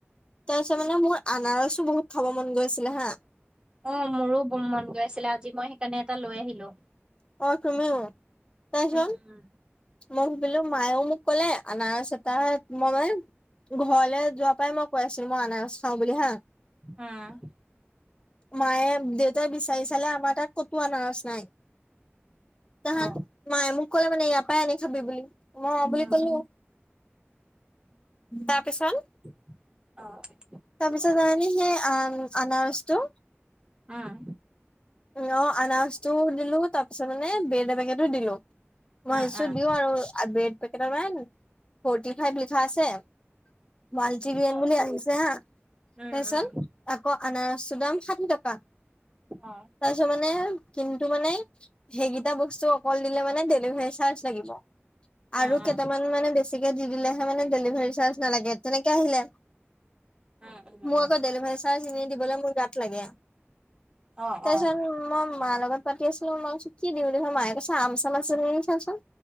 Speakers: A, on the left; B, on the right.
A: তাৰপিছত মানে মোৰ আনাৰসো বহুত খাব মন গৈছিলে হা।
B: অ' মোৰো বৰ মন গৈ আছিলে আজি মই সেইকাৰণে এটা লৈ আহিলো।
A: অ' তুমিও। তাৰপিছত
B: উম।
A: মই ভাবিলোঁ মায়েও মোক কলে আনাৰস এটা মই ঘৰলৈ যোৱাৰ পৰাই মই কৈ আছিলোঁ মই আনাৰস খাওঁ বুলি হাঁ
B: উম,
A: মায়ে দেউতাই বিচাৰি চালে আমাৰ তাত কতো আনাৰস নাই। তাহান
B: অ
A: মায়ে মোক কলে মানে ইয়াৰ পৰাই আনি খাবি বুলি, মই বুলি
B: অ
A: কলো তাৰপিছত?
B: অ',
A: তাৰপিছত জানানে সেই আনাৰসটো
B: উম,
A: অ', আনাৰস টো দিলো তাৰ পিছত মানে বেড এবেকেতো দিলোঁ। মই
B: উম
A: সিছো
B: উম
A: দিওঁ আৰু ব্ৰেড পেকেট এখন ফৰ্টি ফাইভ লিখা আছে মাল্টিব্ৰেণ্ড
B: অ
A: বুলি আহিছে হা তাৰপিছত
B: উম উম
A: আকৌ আনাৰসটো দাম ষাঠি টকা।
B: অ
A: তাৰ পিছত মানে কিন্তু মানে সেইকেইটা বস্তু কল দিলে মানে ডেলিভাৰী চাৰ্জ লাগিব,
B: উম
A: আৰু
B: উম
A: কেইটামান মানে বেছি দি দিলেহে মানে ডেলিভাৰী চাৰ্জ নালাগে তেনেকে আহিলে,
B: উম উম
A: মোৰ
B: উম
A: আকৌ ডেলিভাৰী চাৰ্জ এনেই দিবলৈ মোৰ গাত লাগে
B: অ
A: তাৰপিছত
B: অ
A: মই মা লগত পাতি আছিলোঁ, মই কৈছো কি দিয়ো তাৰপিছত মায়ে কৈছে আম চাম আছে নি ছোৱাচোন